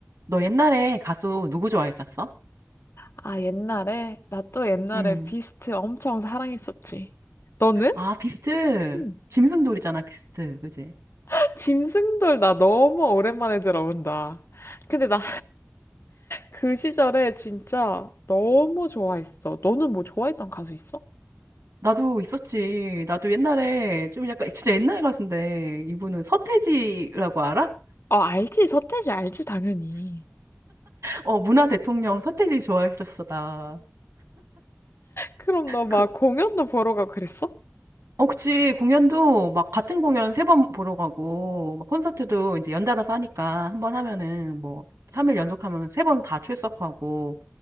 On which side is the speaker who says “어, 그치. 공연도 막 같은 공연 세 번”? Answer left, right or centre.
Right